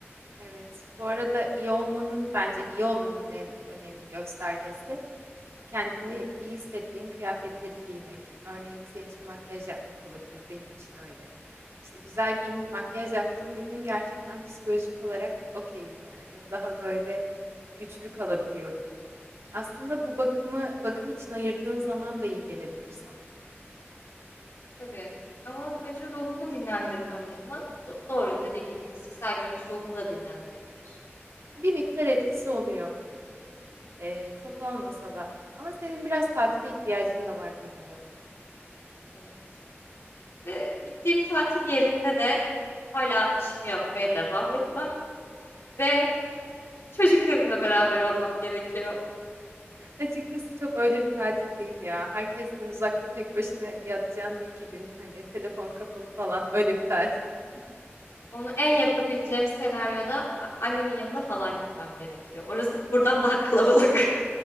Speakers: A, on the right (about 80°); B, on the left (about 75°).
A: Evet. Bu arada iyi olmanın bence iyi olmanın en önemli göstergesi kendini iyi hissettiğin kıyafetleri giymek. Örneğin senin için makyaj yapmak olabilir. Benim için öyle. İşte güzel giyinip makyaj yaptığım bir gün gerçekten psikolojik olarak okeyim yani. Daha böyle güçlü kalabiliyorum. Aslında bu bakımı bakım için ayırdığın zaman da iyi gelebilir sana.
B: Tabii. Ama önce ruhumu dinlendirmem gerek. Ama do- doğru dediğin gibi fiziksel görünüş ruhumu da dinlendirebilir.
A: Bir miktar etkisi oluyor. Eee, çok olmasa da. Ama senin biraz tatile ihtiyacın da var gibi ya.
B: Evet. Ve gittiğim tatil yerinde de hala işimi yapmaya devam etmem ve çocuklarımla beraber olmam gerekiyor.
A: Açıkçası çok öyle bir tatil değil ya. Herkesten uzakta tek başına yatacağın bir iki gün hani telefon kapalı falan <laughs> öyle bir tatil. <laughs>
B: Onu en yapabileceğim senaryoda a- annemin yanına falan gitmem gerekiyor. Orası buradan daha kalabalık,